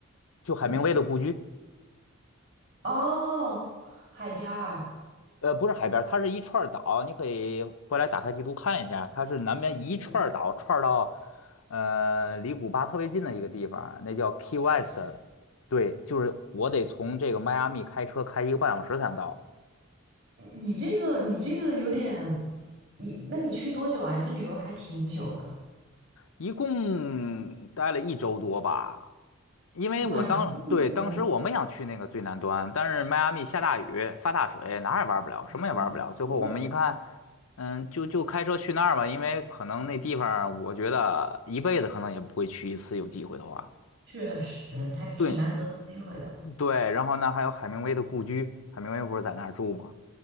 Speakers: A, on the left; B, on the right.
A: 就海明威的故居。
B: 嗯哦，海边儿。
A: 呃，不是海边儿，它是一串儿岛，你可以回来打开地图看一下，它是南边一串儿岛串儿到，
B: 哎呦哇
A: 呃，离古巴特别近的一个地方，那叫 Key West。
B: 塞，
A: 对，就是我得从这个迈阿密开车开一个半小时才能到。
B: 嗯你这个你这个有点，你那你去多久啊？你这旅游还挺久的。
A: 一共待了一周多吧，因为我当，
B: 哇，你 <laughs> 这旅游，
A: 对，当时我们想去那个最南端，但是迈阿密下大雨，发大水，哪儿也玩不了，什么也玩不了。
B: 哇，
A: 最后我们一看，
B: <laughs>
A: 嗯，就就开车去那儿吧，因为可能那地方我觉得一辈子可能也不会去一次，有机会的话。
B: 确实还是挺难得的机会的
A: 对，对，然后呢还有海明威的故居，海明威不是在那儿住吗？